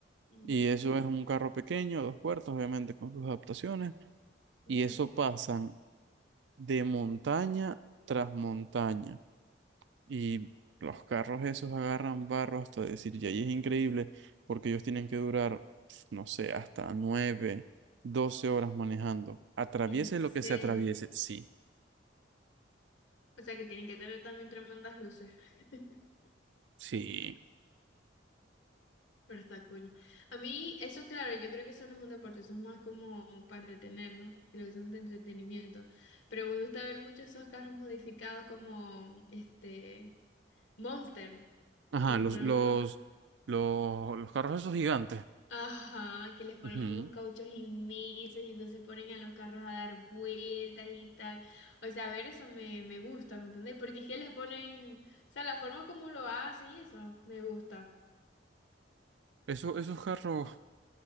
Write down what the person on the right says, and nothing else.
Y eso es un carro pequeño, dos puertas, obviamente con sus adaptaciones,
y eso pasan de montaña tras montaña. Y los carros esos agarran barro hasta decir, y ahí es increíble, porque ellos tienen que durar, pf, no sé, hasta nueve, doce horas manejando. Atraviese
lo que se atraviese, sí,
sí.
Ajá,
los,
los,
los, los carros esos gigantes.
Ujú.
Esos, esos carros,